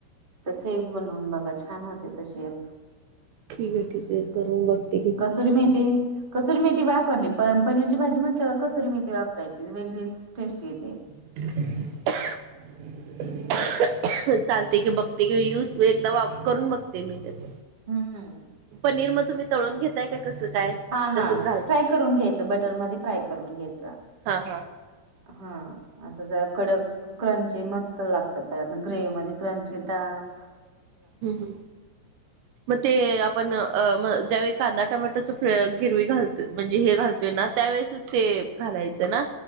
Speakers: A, on the right; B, on the right.
A: तशी एक बनवून बघा छान होते तशी एक
B: ठीकये ठीकये करून बघते की
A: सूरी मेथी कसुरी मेथी वापरली प पनीरची भाजी म्हटलं का कसुरी मेथी वापरायची वेगळीच टेस्टी येते.
B: <unintelligible> चालते की बघते की यूज एकदा वा करून बघते मी तस
A: हम्म
B: पनीर म तुम्ही तळून घेताय काय का कसं काय?
A: हा हा
B: तसच घालत
A: फ्राय करून घ्यायचं बटर मध्ये फ्राय करून घ्यायचं.
B: हा हा
A: हा असं जरा कडक क्रंची मस्त लागत परत ग्रेवी मध्ये क्रंची टामं
B: हूं हूं म ते आपण अ म ज्यावेळी कांदा टोमॅटोच फ गिरवी घालतो म्हणजे हे घालतोय ना त्यावेळेसच ते घालायचं ना